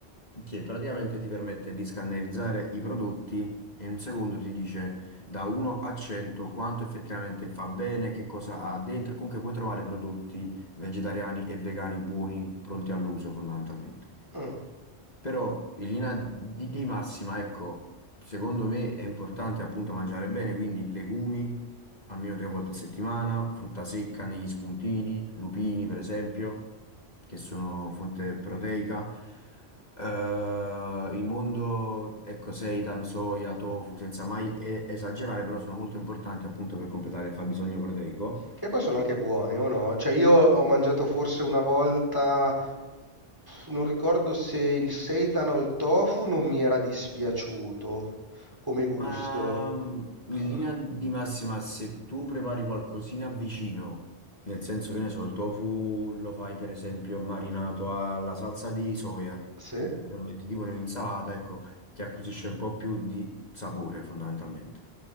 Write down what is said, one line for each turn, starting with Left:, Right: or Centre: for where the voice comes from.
Left: che praticamente ti permette di scannerizzare i prodotti e in un secondo ti dice da 1 a 100 quanto effettivamente fa bene, che cosa ha dentro e comunque puoi trovare prodotti vegetariani e vegani buoni, pronti all'uso fondamentalmente.
Right: Mm,
Left: Però in linea di, di massima, ecco, secondo me è importante appunto mangiare bene, quindi legumi almeno tre volte a settimana, frutta secca negli spuntini, lupini per esempio, che sono fonte proteica. Eh, il mondo, ecco, seitan, soia, tofu, senza mai e- esagerare, però sono molto importanti appunto per completare il fabbisogno proteico.
Right: Che poi sono anche buoni o no? Cioè io ho mangiato forse una volta, non ricordo se il seitan o il tofu non mi era dispiaciuto come gusto.
Left: Ma mm,
Right: Ah,
Left: in linea di massima, se tu prepari qualcosina vicino, nel senso che ne so, il tofu lo fai per esempio marinato alla salsa di soia,
Right: Sì,
Left: e lo metti tipo in un'insalata, ecco, ti acquisisce un po' più di sapore fondamentalmente.